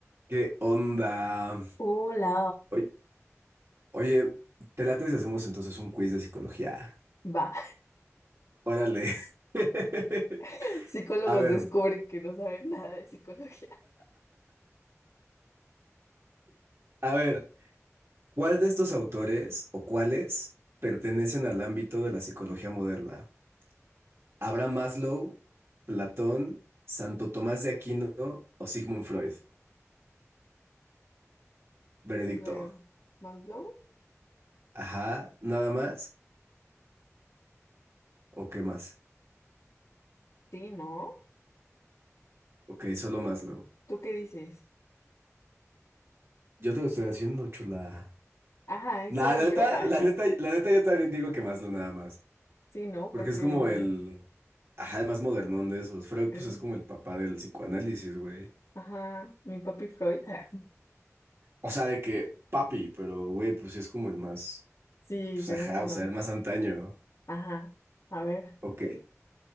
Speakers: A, on the right (about 55°); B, on the left (about 75°).
A: ¿Qué onda?
B: Hola,
A: Oy- Oye, ¿te late si hacemos entonces un quiz de psicología?
B: va.
A: Órale. <laughs>
B: <laughs> Psicólogos
A: A ver,
B: descubren que no saben nada de psicología. <laughs>
A: a ver, ¿cuál de estos autores o cuáles pertenecen al ámbito de la psicología moderna? ¿Abraham Maslow, Platón, Santo Tomás de Aquino o Sigmund Freud? Veredicto.
B: No sé, ¿Maslow?
A: Ajá, ¿nada más? ¿O qué más?
B: Sí, ¿no?
A: Ok, solo Maslow.
B: ¿Tú qué dices?
A: Yo te lo estoy haciendo, chula.
B: Ajá, es
A: Nah,
B: solo
A: la
B: yo.
A: neta,
B: Ah,
A: la neta, la neta, yo también digo que Maslow nada más.
B: <laughs> Sí, ¿no?
A: Porque
B: Porque
A: es como el... Ajá, el más modernón de esos. Freud,
B: el-
A: pues es como el papá del psicoanálisis, güey.
B: ajá, mi papi Freud. <laughs> Ah,
A: O sea, de que papi, pero güey, pues sí es como el más...
B: Sí,
A: Pues
B: según
A: ajá,
B: yo
A: o
B: no.
A: sea, el más antaño.
B: Ajá, a ver,
A: Ok.